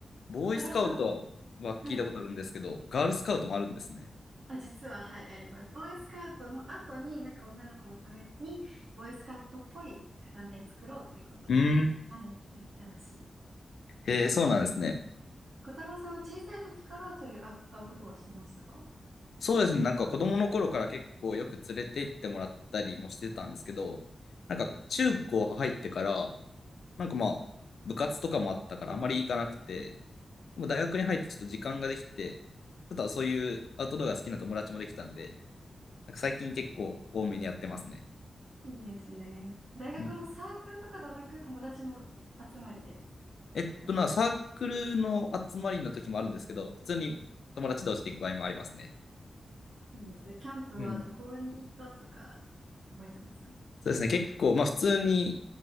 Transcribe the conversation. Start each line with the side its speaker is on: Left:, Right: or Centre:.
Left: ボーイスカウトは聞いたことあるんですけど、
Right: 小太郎さん、はい。
Left: ガールスカウトもあるんですね。
Right: あ、実は、はい、あります。ボーイスカウトの後に、なんか女の子のために、ボーイスカウトっぽいなんか団体作ろうということで、
Left: うん。
Right: はい、できたらしい。う
Left: ええ、そうなんですね。
Right: ん小太郎さんは小さい時からそういうア、アウトドアしてましたか
Left: そうですね。なんか子供の頃から結構よく連れて行ってもらったりもしてたんですけど、なんか中高入ってから、なんかまあ部活とかもあったからあまり行かなくて、
Right: う
Left: でも大学に入ってちょっと時間ができて、ちょっとそういうアウトドアが好きな友達もできたんで、なんか最近結構多めにやってますね。
Right: んいいですね。大学のサークルとかではなく、
Left: うん。
Right: 友達の集まりで
Left: えっとな、
Right: やってました。
Left: サークルの集まりの時もあるんですけど、
Right: い
Left: 普通に友達同士で行く場合もありますね。
Right: いですね。キャンプはどこに行ったとか、
Left: うん。
Right: 覚えてます
Left: そうですね。結構、まあ普通に